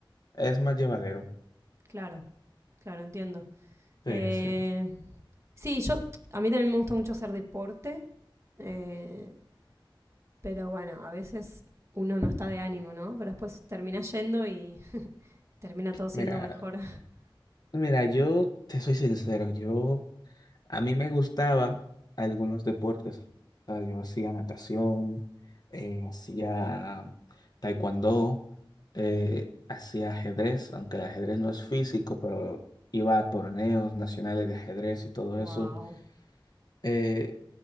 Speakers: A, on the left; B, on the right.
A: Es más llevadero.
B: Claro, claro, entiendo. Eh,
A: Sí, sí.
B: sí, yo, a mí también me gusta mucho hacer deporte. Eh, Pero bueno, a veces uno no está de ánimo, ¿no? Pero después termina yendo y termina todo siendo
A: Mira,
B: mejor. <laughs>
A: mira, yo te soy sincero, yo A mí me gustaba algunos deportes. O sea, yo hacía natación, eh, hacía taekwondo, eh, hacía ajedrez, aunque el ajedrez no es físico, pero iba a torneos nacionales de ajedrez y todo
B: ¡Wow!
A: eso. Eh,